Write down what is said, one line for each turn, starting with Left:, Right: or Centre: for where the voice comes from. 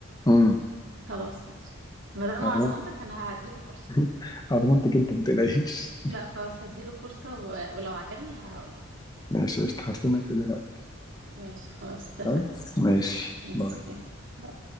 Left: امم
Right: خلاص ماشي ما دام
Left: على
Right: عضمانتك
Left: ضمانتي
Right: انا هديله فرصة
Left: <laughs> على ضمانتي جدا ما تقلقيش
Right: لا خلاص هديله فرصة و... ولو عجبني هقولك
Left: ماشي قشطة هستناك تقولي رأيك
Right: ماشي خلاص اتفقنا
Left: خلاص ماشي
Right: ماشي
Left: باي
Right: يلا.